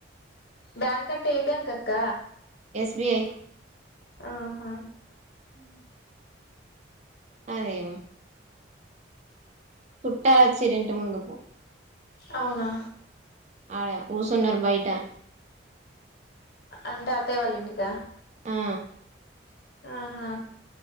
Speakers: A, on the left; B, on the right.
A: బ్యాంక్ అంటే ఏ బ్యాంక్ అక్క
B: వి ఐ
A: ఆహా
B: ఆహా అదే చుట్టలు వచ్చిన్రు ఇంటి ముందుకు
A: అవునా
B: ఆడ కుసున్నరు బయట
A: అంటే అత్తయ వాళ్ళ ఇంటికా
B: ఆ
A: ఆహా